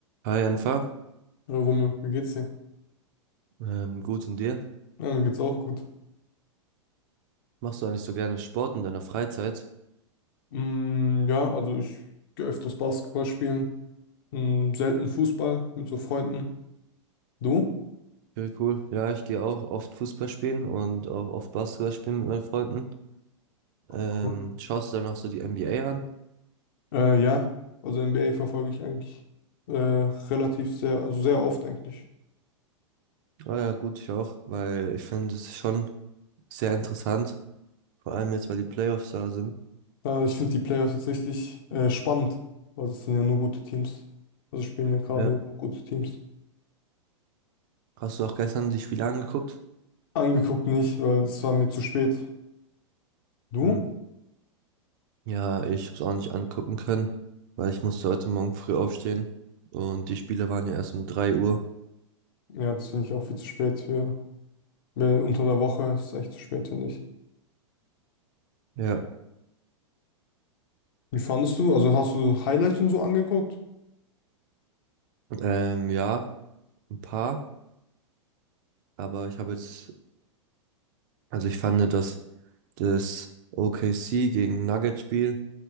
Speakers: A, on the right; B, on the left.
A: Hi Enfa,
B: Ja, Rumme, wie geht's dir?
A: ähm, gut und dir?
B: Ja, mir geht's auch gut.
A: Machst du eigentlich so gerne Sport in deiner Freizeit?
B: Mm, ja, also ich gehe öfters Basketball spielen. Mm, selten Fußball mit so Freunden. Du?
A: Okay, cool. Ja, ich gehe auch oft Fußball spielen und auch oft Basketball spielen mit meinen Freunden. Ähm,
B: Cool.
A: schaust du dann auch so die NBA an?
B: Äh, ja, also NBA verfolge ich eigentlich äh, relativ sehr, also sehr oft eigentlich.
A: Ah ja, gut, ich auch, weil ich finde es schon sehr interessant, vor allem jetzt, weil die Playoffs da sind.
B: Ja, ich finde die Playoffs jetzt richtig äh, spannend, weil es sind ja nur gute Teams. Also spielen ja gerade
A: Ja.
B: nur gute Teams.
A: Hast du auch gestern die Spiele angeguckt?
B: Angeguckt nicht, weil es war mir zu spät. Du?
A: Hm. Ja, ich habe es auch nicht angucken können, weil ich musste heute Morgen früh aufstehen und die Spiele waren ja erst um drei Uhr.
B: Ja, das finde ich auch viel zu spät. Für, mehr unter der Woche ist es echt zu spät, finde ich.
A: Ja.
B: Wie fandest du? Also hast du Highlights und so angeguckt?
A: Ähm, ja, ein paar. Aber ich habe jetzt, also ich fand das, das OKC gegen Nuggets-Spiel,